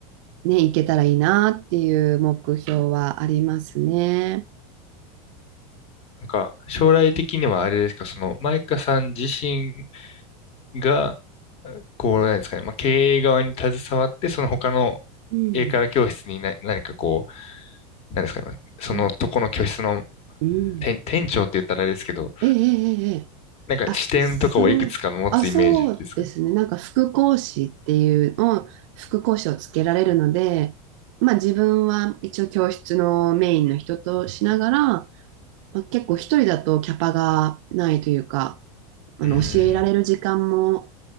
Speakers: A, on the right (about 50°); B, on the left (about 30°).
A: ね、いけたらいいなっていう目標はありますね。
B: なんか、将来的にはあれですか、その、マイカさん自身が、こう、なんですかね、まあ、経営側に携わって、その他の
A: うん、
B: 英会話教室にな何かこなんですかね、そのとこの居室の
A: うん、うん。
B: 店、店長って言ったらあれですけど、
A: ええええええ
B: なんか視点とかをいくつか持つイメージですかね。
A: あ、そう、あ、そうですね。なんか副講師っていうのを、副講師をつけられるので、まあ自分は一応教室のメインの人としながら、まあ、結構一人だとキャパがないというか、あの教えられる時間も
B: うーん。